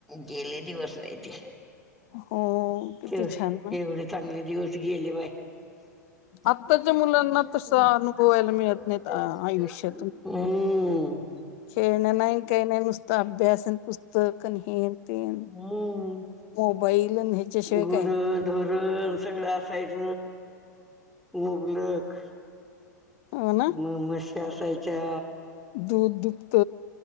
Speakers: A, in the centre; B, on the left.
A: गेले दिवस बाई ते
B: हो, किती
A: तेव
B: छान ना?
A: एवढे चांगले दिवस ती गेली बाय हम्म.
B: आत्ताच्या मुलांना तसा अनुभवायला मिळत नाहीत
A: <unintelligible>
B: आयुष्य खेळण नाईन काही नाईन नस्त अभ्यासन पुस्तक न हेन
A: हम्म
B: मोबाईल अन ह्याच्याशिवाय
A: गुरं
B: काई नाई
A: धोरण सगळ असायच मुबलक
B: हो ना
A: म म्हश असायच्या
B: दूध दुपत